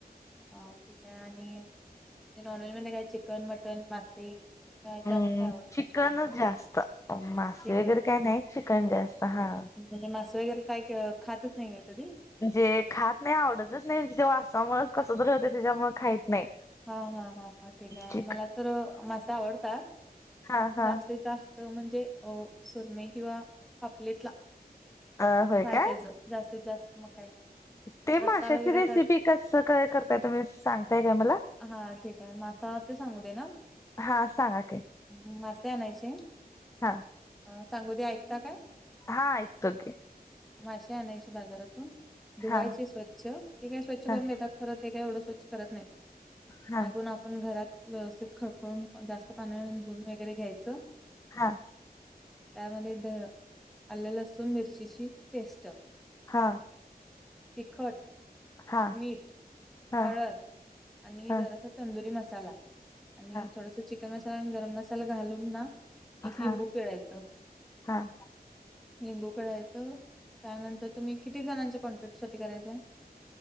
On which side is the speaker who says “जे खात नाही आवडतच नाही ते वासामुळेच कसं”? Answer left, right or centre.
Left